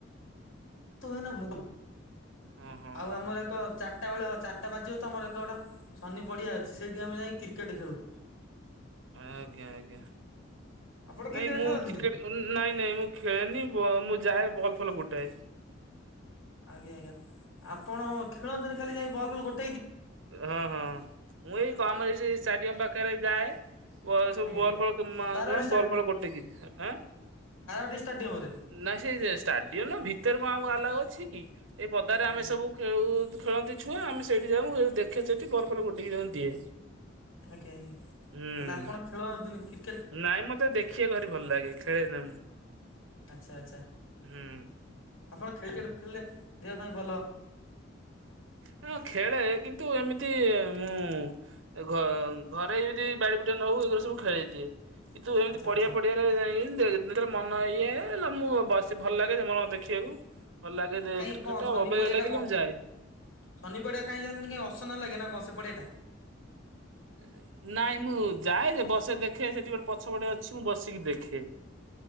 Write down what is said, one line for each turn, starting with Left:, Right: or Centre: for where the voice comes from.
Left: ଥ ହୁଏନା ମୁଗ।
Right: ହଁ ହଁ
Left: ଆଉ
Right: ହଁ
Left: ଆମର
Right: ହଁ
Left: ଏକ ଚା ଚାରିଟା ବେଳେ ହ ଚାରିଟା ବାଜିବ ତମର ଏକରେ ଗୋଟା ସନି ପଡିଆ ଅଛି ସେଇଠି ଆମେ ଯାଇ କ୍ରିକେଟ ଖେଳୁ।
Right: ଆଜ୍ଞା ଆଜ୍ଞା।
Left: ଆପଣ କ୍ରିକେଟ
Right: ନାଇଁ ମୁଁ
Left: ଖେଳନ୍ତିନି?
Right: କ୍ରିକେଟ ନାଇଁ ନାଇଁ ମୁଁ ଖେଳେନି ବ ମୁଁ ଯାଏ ବଲ। ଫଲ ଗୋଟଏ।
Left: ଆଜ୍ଞା ଆଜ୍ଞା ଆପଣ ଖେଳନ୍ତିନି ଖାଲି ଯାଇ ବଲ ଫଲ ଗୋଟା
Right: ହଁ ହଁ ମୁଁ ଏଇ କ ଆମରି ଏ ଏଇ ଷ୍ଟାଡିୟମ ପାଖରେ ଯାଏ। ଏ ସବୁ
Left: ଆଜ୍ଞା
Right: ବଲ
Left: ଆଜ୍ଞା।
Right: ଫଲ ମାଗଣା
Left: ବାରବାଟୀ
Right: ବଲ ଗୋଟେ କି‌ ଦିଏ ଆଁ।
Left: ଷ୍ଟାଡିୟମ ରେ।
Right: ନାଇ ସେଇ ଯେ ଷ୍ଟାଡିୟମ ନୁଅ ଭିତରେ କଣ ଆମକୁ ଆଲଓ ଅଛି କି ଏଇ ପଦାରେ ଆମେ
Left: ଆଜ୍ଞା
Right: ସବୁ ଖେଳୁୁ। ଖେଳନ୍ତି ଛୁଆ ଆମେ ସେଇଠି ଯାଉ ମୁଁ ଦେଖେ ସେଠି ବଲ ଫଲ ଗୋଟେଇକି ତାଙ୍କୁ ଦିଏ।
Left: ଆଜ୍ଞା ଆଜ୍ଞା
Right: ହୁଁ
Left: ତାହେଲେ ଆପଣ ଖେଳନ୍ତିନ କ୍ରି
Right: ନାଇଁ ମତେ ଦେଖିବାକୁ ଭାରି ଭଲ ଲାଗେ ଖେଳିନା ମୁଁ।
Left: ଆଚ୍ଛା ଆଚ୍ଛା
Right: ହୁଁ।
Left: ଆପଣ କ୍ରିକେଟ ଖେଳିଲେ ଦେହ ପାଇଁ ଭଲ।
Right: ମାନେ କଁ ଖେଳେ କିନ୍ତୁ ଏମିତି ମୁଁ ଘ ଘରେ ଯଦି ବାଡମି ମିଟର ହଉ ଏଗୁରା ସବୁ ଖେଳେଇ ଦିଏ କିନ୍ତୁ ଏମିତି
Left: ଆଚ୍ଛା
Right: ପଡିଆ
Left: ଆଚ୍ଛା।
Right: ଫଡିଆରେ ଯାଇଁ ଦେଖ ଯେତେବେଳେ ମନ ଇଏ ହେଲା ମୁଁ ବସେ ଭଲ ଲାଗେ ମ ଦେଖିବାକୁ। ଭଲ ଲାଗେ ରେ
Left: କାଇଁ
Right: କ୍ରିକେଟା
Left: କଣ ଶନି
Right: ଅବାଗିଆ
Left: ପଡିଆ
Right: ଲାଗିଲେ
Left: ଟା କଣ
Right: ମୁଁ ଯାଏ।
Left: ଶନି ପଡିଆ କାଇଁ ଯାଆନ୍ତିନି କାଇଁ ଅସନା ଲାଗେ ନା କଣ ସେ ପଡିଆଟା।
Right: ହୁଁ। ନାଇଁ ମୁଁ ଯାଏ ଯେ ବସେ ଦେଖେ ସେଠି ଗୋଟେ ପଛପଟେ ଅଛି ମୁଁ ବସିକି ଦେଖେ।